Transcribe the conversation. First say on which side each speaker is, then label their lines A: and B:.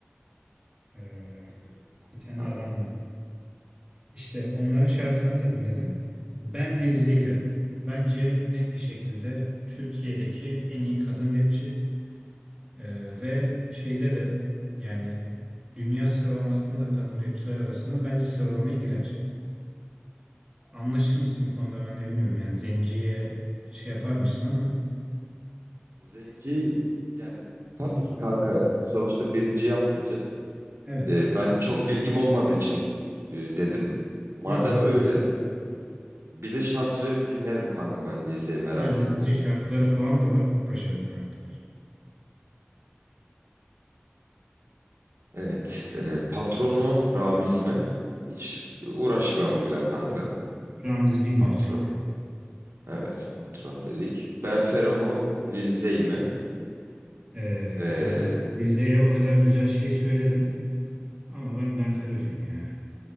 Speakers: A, on the right; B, on the right.
A: Ee,
B: Bilmiyorum vallahi
A: bir tane
B: kanka.
A: adamla. İşte onların şarkılarını da dinledim. Ben Lil Zeyler'im. Bence net bir şekilde Türkiye'deki en iyi kadın rapçi Ee,
B: Hmm,
A: ve şeyde de yani dünya sıralamasında da kadın rapçiler arasında bence sıralamaya girer. Anlaşır
B: hmm.
A: mısın bu konuda ben de bilmiyorum. Yani Zenci'ye şey yapar mısın ama
B: Zengi yani tabii ki kanka sonuçta birinci yapmayacağız.
A: evet.
B: Ee, ben çok bilgim olmadığı için e, dedim. Madem
A: Biliyor anladım.
B: öyle bir de şans verip dinlerim kanka ben Lizeyi. merak
A: İngilizce
B: ettim.
A: şarkıları falan da var. Çok başarılı kanka.
B: Evet. e, patron mu? Ramiz mi? Hiç uğraşmayalım bile kanka.
A: Evet. Ramiz'i bilmiyor
B: Patron.
A: sen.
B: Evet patron dedik. Benfero mu? Lil Zey mi?
A: Ee,
B: Ee,
A: yani Rize'ye o kadar güzel şey söyledim ama ben Benfero'cuyum ya.